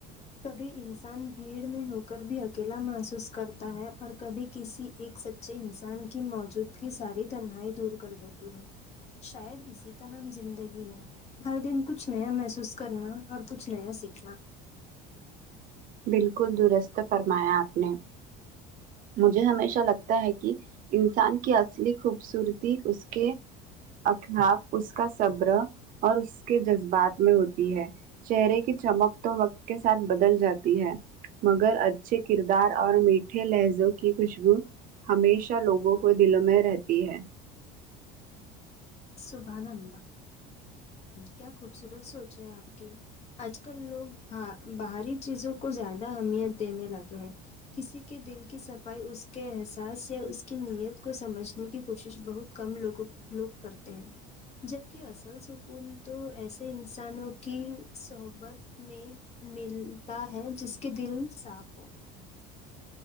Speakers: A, on the left; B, on the right.
A: کبھی انسان بھیڑ میں ہو کر بھی اکیلا محسوس کرتا ہے اور کبھی کسی ایک س چے انسان کی موجود گی ساری تنہائی دور کر دیتی ہے شاید اسی کا نام زندگی ہے ہر دن کچھ نیا محسوس کرنا اور کچھ نیا سیکھنا
B: بالکل درست فرمایا آپ نے مجھے ہمیشہ لگتا ہے کہ انسان کی اصلی خوبصورتی اس کے اخلاق اس کا صبر اور اس کے جذبات میں ہوتی ہے چہرے کی چمک تو وقت کے ساتھ بدل جاتی تی ہے مگر اچھے کردار اور میٹھے لہجوں کی خوشبو ہمیشہ لوگوں کو دلوں میں رہتی ہے
A: سبحاناللہ کیا خوبصورت سوچ ہے آپ کی کی آج کل لوگ ہا باہری چیزوں کو زیادہ اہمیت دینے لگے ہیں کسی کے دل کی صفائی اس کے احساس یا اس کی نیت کو سمجھنے کی کوشش بہت کم لوگوں لوگ کرتے ہیں جب کہ اصل سکون تو ایسے انسانوں کی صحبت میں ملتا ہے جس کے دل صاف ہو